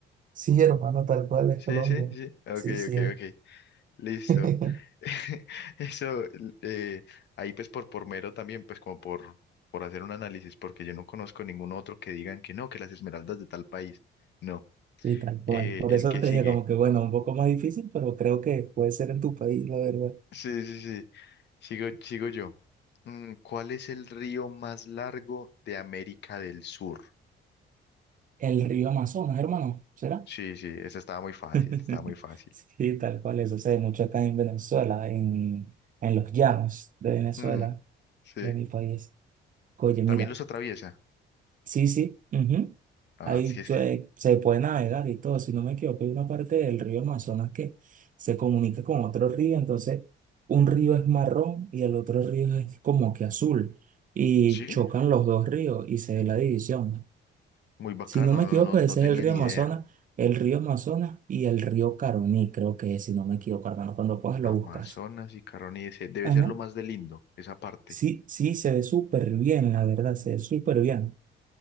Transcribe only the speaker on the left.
Sí,
sí, sí. Ok,
ok,
ok. Listo.
<laughs> Eso, eh, ahí pues por, por mero también, pues como por, por hacer un análisis, porque yo no conozco ningún otro que digan que no, que las esmeraldas de tal país. No.
Eh,
el
que
sigue.
Sí, sí, sí. Sigo, sigo yo. Mm, ¿cuál es el río más largo de América del Sur?
Sí, sí, esa estaba muy fácil,
estaba muy fácil.
Mm, sí.
¿También los atraviesa?
Ah,
sí, es
que...
Sí,
muy bacano,
no,
no, no
tenía
ni
idea.
Amazonas
y Caroni, ese debe
ser lo más de lindo, esa parte.